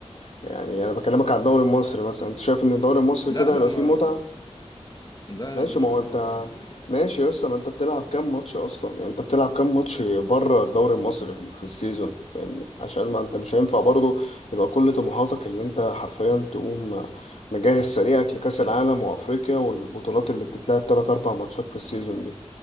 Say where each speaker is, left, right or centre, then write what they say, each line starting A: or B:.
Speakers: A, on the left; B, on the left.
A: يعني انا بكلمك على الدوري المصري مثلا انت شايف ان الدوري المصري
B: لا
A: كده
B: لا
A: هيبقى
B: ما
A: فيه متعه
B: لا لا
A: ماشي
B: يا باشا
A: ما هو
B: هو
A: انت
B: يعني،
A: ماشي يا اسطى ما انت بتلعب كام ماتش اصلا يعني انت بتلعب كام ماتش بره الدوري المصري في في السيزون فاهمني عشان ما انت مش هينفع برضو يبقى كل طموحاتك اللي انت حرفيا تقوم مجهز سريعك لكاس العالم وافريقيا والبطولات اللي بتتلعب 3 4 ماتشات في السيزون دي